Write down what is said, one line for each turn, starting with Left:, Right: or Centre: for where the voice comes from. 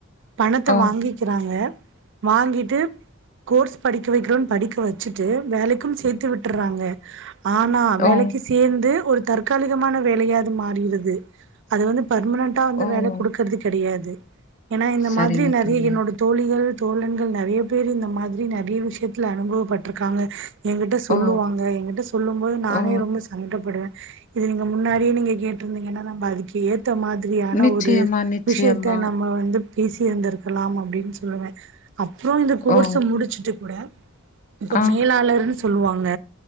Right: பணத்தை
Left: ஓ!
Right: வாங்கிக்கிறாங்க வாங்கிட்டு கோர்ஸ் படிக்க வக்கிறோன் படிக்க வச்சிட்டு வேலைக்கும் சேத்து விட்டுற்றாங்க ஆனா வேலைக்கு
Left: ஓ!
Right: சேந்து ஒரு தற்காலிகமான வேலையா அது மாறீறிது அது வந்து பர்மனன்டா வந்து
Left: ஓ!
Right: வேலை குடுக்குறது கெடயாது ஏன்னா இந்த
Left: சரிங்க
Right: மாதிரி நெறைய
Left: தோழி
Right: என்னோட தோழிகள் தோழன்கள் நெறைய பேர் இந்த மாதிரி நெறைய விசயத்தில அனுபவப்பட்டு பட்ருக்காங்க ஏங்கிட்ட சொல்லுவாங்க.
Left: ஓ
Right: ஏங்கிட்ட சொல்லும்போது நானே
Left: ஓ
Right: ரொம்ப சங்க படுவேன் இது நீங்க முன்னாடியே நீங்க கேட்டிருந்தீங்ன்னா நம்ம அதுக்கு ஏத் கேத்த மாதிரியான
Left: நிச்சயமா
Right: ஒரு
Left: நிச்சயமா
Right: விசயத்த நம்ம வந்து பேசி இருந்திருக்கலாம் அப்டின்னு சொல்லுவே அப்றொம் இந்த கோர்ஸ்ஸ
Left: ஓ
Right: முடிச்சிட்டு கூட இப்ப
Left: ஆ
Right: மேலாளர் சொல்லுவாங்க